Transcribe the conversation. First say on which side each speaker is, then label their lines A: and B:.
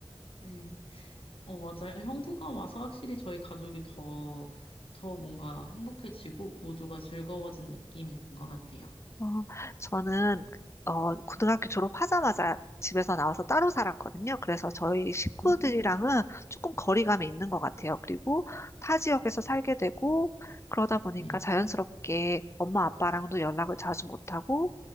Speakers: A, on the left; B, on the left.
A: 음. 어, 맞아요. 형부가 와서 확실히 저희 가족이 더, 더 뭔가 행복해지고, 모두가 즐거워진 느낌인 것 같아요.
B: 어, 저는, 그, 어, 고등학교 졸업하자마자 집에서 나와서 따로 살았거든요. 그래서 저희 식구들이랑은
A: 음.
B: 조금 거리감이 있는 것 같아요. 그리고 타 지역에서 살게 되고, 그러다 보니까
A: 네.
B: 자연스럽게 엄마 아빠랑도 연락을 자주 못하고,